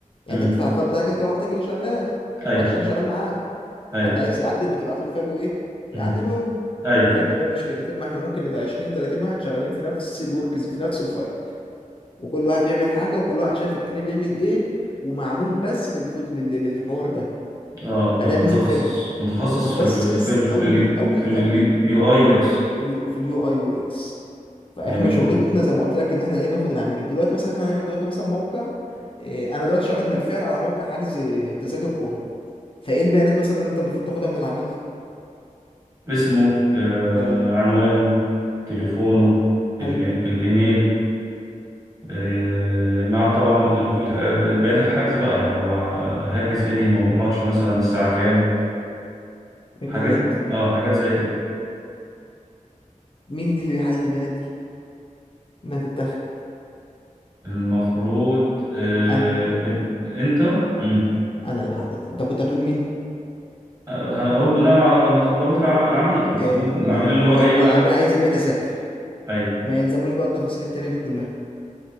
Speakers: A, on the left; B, on the right.
A: يعني
B: امم
A: انت بتدفع الفايل بتاعك انت لوحدك اللي شغال
B: اي
A: محدش تاني شغال معاك
B: اي
A: حد عايز يعدل بتبعت له الفايل وايه ويعدل
B: امم
A: هو
B: اي
A: فيجما بقى مش كده فيجما احنا ممكن نبقى 20 30 واحد شغالين في نفس الوركز في نفس الفايل وكل واحد بيعمل حاجه وكل واحد شايف التاني بيعمل ايه ومعمول بس للفوت لل- لل- للحوار ده
B: اه
A: فده
B: اه متخصص
A: ميزه فيجما
B: متخصص
A: متخصص
B: في ال في ال في
A: قوي
B: ال
A: قوي
B: في اليو
A: قوي
B: اي يو اكس
A: يو في اليو اي يو اكس فاحنا
B: جميل
A: شغلتنا
B: مم.
A: زي ما قلت لك ان احنا ايه ناخد العميل دلوقتي مثلا احنا هنعمل دلوقتي مثلا موقع إيه انا دلوقتي شغال بالفعل على موقع حجز تذاكر كوره فايه البيانات مثلا اللي انت المفروض تاخدها من العميل
B: اسمه آه
A: هل
B: عنوانه تليفونه
A: هل
B: ال- الايميل آه مع طبعا ال- ال- البيانات الحجز بقى يعني هو هيحجز انهي ماتش مثلا الساعة كام
A: جميل
B: حاجات
A: جدا
B: اه حاجات زي كده
A: مين اللي بيحدد البيانات دي انها تتاخد
B: المفروض آه
A: انا
B: ال... انت مم.
A: انا أنا اللي بحدد انت كنت هتقول مين
B: آه، هقول بناء على متطلبات الع- العميل الزبون
A: آه
B: العميل اللي هو
A: هو
B: جاي يقول
A: العميل
B: لك
A: عايز يبيع تذاكر
B: ايوه
A: ما يلزموش بقى التفاصيل التانية دي كلها